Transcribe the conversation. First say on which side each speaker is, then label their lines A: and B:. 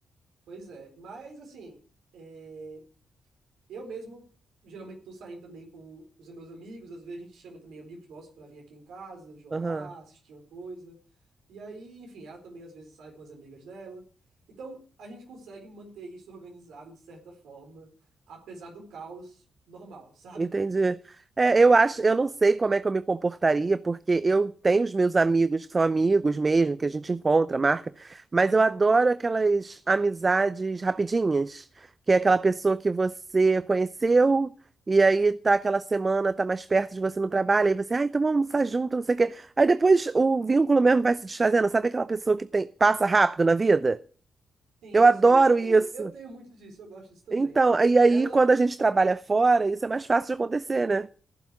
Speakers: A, on the right; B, on the right.
A: pois é. Mas, assim, é, Eu mesmo geralmente estou saindo também com os meus amigos, às vezes a gente chama também amigos nossos para vir aqui em casa, jogar,
B: Aham.
A: assistir uma coisa. E aí, enfim, ela também às vezes sai com as amigas dela. Então, a gente consegue manter isso organizado de certa forma, apesar do caos normal, <laughs> sabe?
B: Entendi. É, eu acho, eu não sei como é que eu me comportaria, porque eu tenho os meus amigos que são amigos mesmo, que a gente encontra, marca, mas eu adoro aquelas amizades rapidinhas, que é aquela pessoa que você conheceu e aí tá aquela semana, tá mais perto de você no trabalho, aí você, ah, então vamos almoçar junto, não sei o quê. Aí depois o vínculo mesmo vai se desfazendo, sabe aquela pessoa que tem, passa rápido na vida?
A: Sim,
B: Eu
A: eu
B: adoro
A: sei. Eu tenho,
B: isso.
A: eu tenho muito disso, eu gosto disso também.
B: Então, e aí
A: Ela
B: quando a gente trabalha fora, isso é mais fácil de acontecer, né?